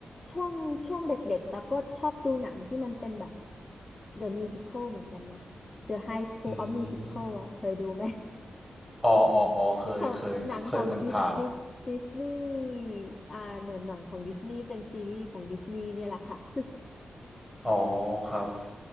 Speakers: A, on the left (about 25°); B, in the centre.
A: ช่วงช่วงเด็กๆแล้วก็ชอบดูหนังที่มันเป็นแบบ The Musical เหมือนกันนะ The High School
B: อื
A: of Musical
B: ม
A: อ่ะเคยดูไหม
B: อ๋ออ๋ออ๋อเคยเคยเคยผ่านผ่าน
A: <laughs> ของหนังของดิสดิสดิสนีย์อ่าหนังหนังของดิสนีย์เป็นซีรีส์ของดิสนีย์เนี่ยแหละค่ะ <laughs>
B: อ๋อครับ